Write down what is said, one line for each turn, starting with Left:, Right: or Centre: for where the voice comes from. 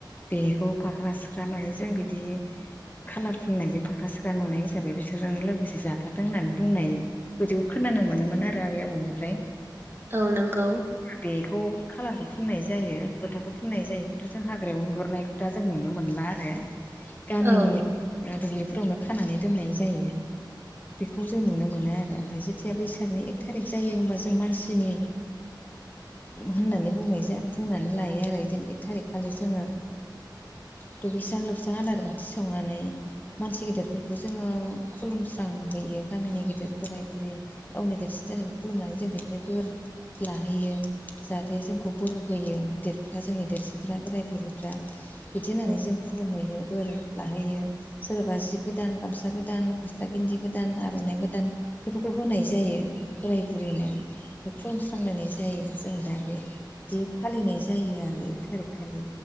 Left: बेखौ फाख्रा सिख्रा माने जों बिदि खालार फुननायजों फाख्रा सिख्रा नुनाय हिसाबै बिसोरजों लोगोसे जाफाथों होननानै बुंनाय बिदिखौ खोनानो मोनोमोन आरो आबै आबौनिफ्राय।
Right: औ नोंगौ।
Left: बेखौ खालारखौ फुननाय जायो फोथाखौ फुननाय जायो। खिन्थु जों हाग्रायाव होहरनायखौ दा जों नुनो मोनला आरो गामिनि
Right: औ
Left: ओ दुब्लिफोरावनो खानानै दोननाय जायो। बेखौ जों नुनो मोनो आरो ओमफाय जिथिया बैसागनि एक थारिक जायो ओमबा जों मानसिनि होननानै बुंनाय जा बुंनानै लायो आरो इदिनो एक थारिख खालि जोङो दुगैस्रां लोबस्रां आलारि बाथि सावनानै मानसि गेदेरफोरखौ जोङो खुलुमस्रांहैयो गामिनि गेदेर बोराय बुरै गावनि देरसिन जानायखौ खुलुमनानै जों बेनिफ्राय बोर लाहैयो जाहाथे जोंखौ बोर होयो गिदिरफ्रा जोंनि देरसिन फ्रा बोराय बुरैफ्रा बिदि होननानै
Right: औ
Left: जों खुलुमहैयो बोर लाहैयो सोरबा जि गोदान गामसा गोदान दान गस्ला गेनजि गोदान आर'नाइ गोदान बेफोरखौ होनाय जायो बोराय बुरैनो खुलुमस्रांनानै जायो जों दा बे दि फालिनाय जायो आरो एक थारिख खालि